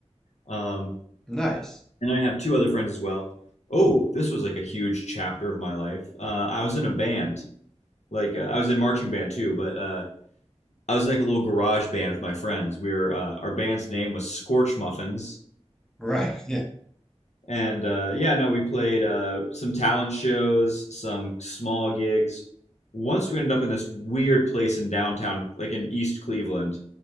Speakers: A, on the left; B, in the centre.
A: um,
B: nice,
A: and I have two other friends as well. Oh, this was like a huge chapter of my life. Uh, I was in a band, like uh, I was in marching band too, but uh, I was in, like a little garage band with my friends. We were uh, our band's name was Scorch Muffins,
B: right? <laughs> Yeah,
A: and uh, yeah, no, we played uh, some talent shows, some small gigs. Once we ended up in this weird place in downtown, like in East Cleveland,